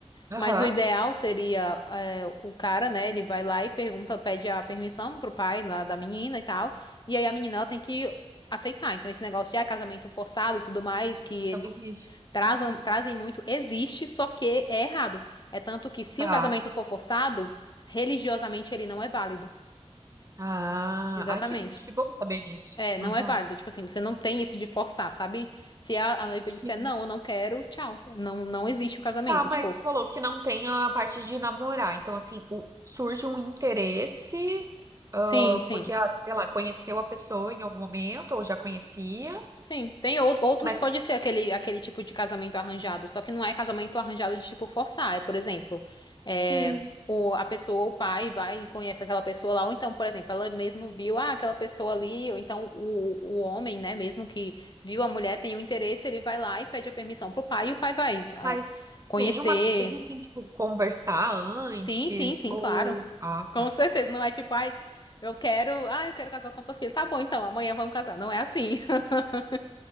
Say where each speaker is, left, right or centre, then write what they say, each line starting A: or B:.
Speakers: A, on the right; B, on the left.
A: Aham.
B: Mas o ideal seria é, o cara, né? Ele vai lá e pergunta, pede a permissão pro pai lá da menina e tal. E aí a menina ela tem que aceitar. Então esse negócio de ah, casamento forçado e tudo mais que eles
A: Não existe.
B: trazem, trazem muito existe, só que é errado. É tanto que se
A: Tá.
B: o casamento for forçado, religiosamente ele não é válido.
A: Ah,
B: Exatamente.
A: ai, que, que bom saber disso.
B: É, não
A: Aham.
B: é válido. Tipo assim, você não tem isso de forçar, sabe? Se a, a noiva
A: Sim.
B: disser não, eu não quero, tchau. Não, não existe o casamento.
A: Tá, mas
B: Tipo,
A: tu falou que não tem a parte de namorar. Então, assim, o- surge um interesse, ah,
B: sim, sim.
A: porque, ah, sei lá, conheceu a pessoa em algum momento, ou já conhecia,
B: Sim, tem ou- outros,
A: mas
B: pode ser aquele, aquele tipo de casamento arranjado, só que não é casamento arranjado de tipo forçar. É, por exemplo, é,
A: Sim.
B: o, a pessoa, o pai, vai e conhece aquela pessoa lá, ou então, por exemplo, ela mesmo viu, ah, aquela pessoa ali, ou então o, o homem, né, mesmo que viu a mulher, tem o interesse, ele vai lá e pede a permissão pro pai, e o pai vai, é,
A: mas
B: conhecer.
A: tem uma, tem assim, tipo, conversar antes,
B: Sim, sim, sim,
A: ou.
B: claro. <laughs>
A: Ah,
B: Com
A: tá.
B: certeza, não é tipo, ai, eu quero, ah, eu quero casar com a tua filha. Tá bom, então, amanhã vamos casar. Não é assim. <laughs>